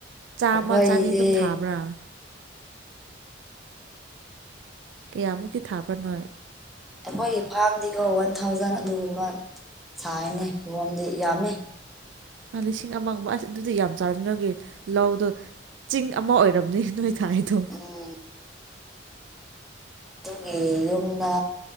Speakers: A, on the right; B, in the centre.
A: ꯆꯥꯝꯃ
B: ꯑꯩꯈꯣꯏꯗꯤ
A: ꯆꯅꯤ ꯑꯗꯨꯝ ꯊꯥꯕ꯭ꯔꯥ ꯀꯌꯥꯃꯨꯛꯇꯤ ꯊꯥꯕ꯭ꯔꯥꯅꯣꯏ
B: ꯑꯩꯈꯣꯏꯒꯤ ꯐꯥꯔꯝꯗꯤꯀꯣ ꯋꯥꯟ ꯊꯥꯎꯖꯟ ꯑꯗꯨꯒꯨꯝꯕ ꯊꯥꯏꯅꯦ ꯀꯤꯍꯣꯝꯗꯤ ꯌꯥꯝꯃꯤ
A: ꯑ ꯂꯤꯁꯤꯡ ꯑꯃꯒꯨꯝꯕ ꯑꯁ ꯑꯗꯨꯗꯤ ꯌꯥꯝ ꯆꯥꯔꯝꯔꯒꯤ ꯂꯧꯗꯣ ꯆꯤꯡ ꯑꯃ ꯑꯣꯏꯔꯝꯅꯤ ꯅꯣꯏ ꯊꯥꯏꯗꯣ
B: ꯎꯝ ꯑꯗꯨꯒꯤ ꯌꯨꯝꯗ